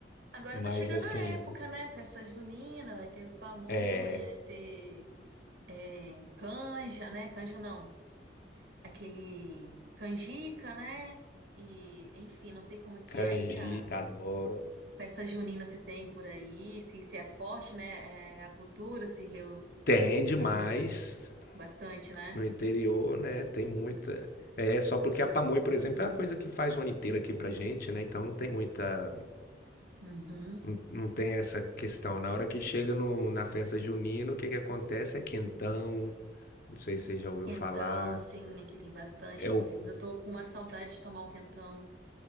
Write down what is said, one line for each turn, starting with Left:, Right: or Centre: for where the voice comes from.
Right: Agora
Left: Mas
Right: tá chegando
Left: assim,
Right: a época, né? Festa junina, vai ter pamonha,
Left: é
Right: vai ter é, canja, né? Canja não. aquele canjica, né? E, enfim, não sei como é que
Left: canjica,
Right: é aí a
Left: adoro.
Right: festa junina se tem por aí, se, se é forte, né? É, a cultura se Rio
Left: Tem demais
Right: tem muito- bastante, né?
Left: no interior, né? Tem muita. É, só porque a pamonha, por exemplo, é uma coisa que faz o ano inteiro aqui pra gente, né? Então não tem muita.
Right: Uhum.
Left: Não, não tem essa questão. Na hora que chega no, na festa junina, o que que acontece é quentão, não sei se você já ouviu
Right: Quentão,
Left: falar.
Right: sim, aqui tem bastante.
Left: É
Right: Inclusive,
Left: o,
Right: eu tô com uma saudade de tomar um quentão.